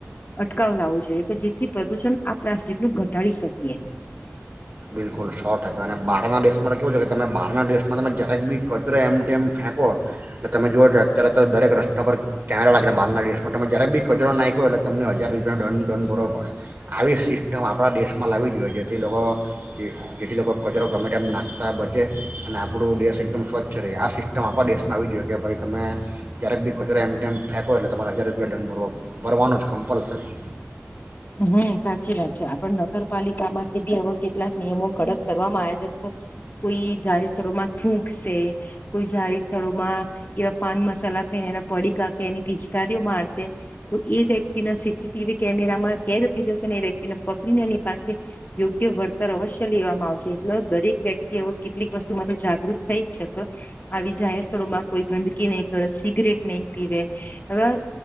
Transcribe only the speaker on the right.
બિલકુલ સો ટકા અને બહારના દેશ માટે કેવું છે કે તમે બહારના દેશમાં તમે જ્યારેક બી કચરો એમ ટેમ ફેંકો એટલે તમે જુઓ છો અત્યારે તો દરેક રસ્તા પર કેમેરા લાગે બારના દેશમાં તમે જ્યારેક બી કચરો નાખ્યો એટલે તમને હજાર રૂપિયાનોં ડ દંડ પૂરવો પડે આવી સિસ્ટમ આપણા દેશમાં લાવી જોઈએ જેથી લોકો જે જેટલી લોકો કચરો ગમે ટાઈમ નાખતા બચે અને આપણું દેશ એકદમ સ્વચ્છ રહે આ સિસ્ટમ આપણા દેશમાં આવી જોઈએ કે ભાઈ તમે જ્યારેક બી કચરો એમ ટાઈમ ફેંકો એટલે તમારે હજાર રૂપિયા દંડ ભરવો ભરવાનો જ કમ્પલસરી.